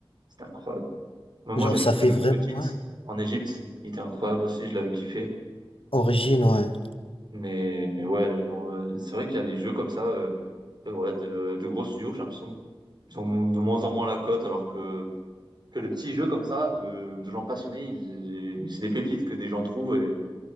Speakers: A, on the right (about 50°); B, on the left (about 80°).
A: c'était incroyable. Mais moi,
B: genre,
A: j'avais
B: ça
A: kiffé
B: fait
A: le
B: vraiment...
A: Hobbit
B: Ouais.
A: en Égypte, il était incroyable aussi, je l'avais kiffé.
B: Origine, ouais.
A: Mais, mais ouais, genre, euh, c'est vrai qu'il y a les jeux comme ça, euh, euh, ouais, de, de gros studios, j'ai l'impression qu'ils ont de moins en moins la cote, alors que, que les petits jeux comme ça, de, de gens passionnés, ils- c'est des pépites que des gens trouvent et,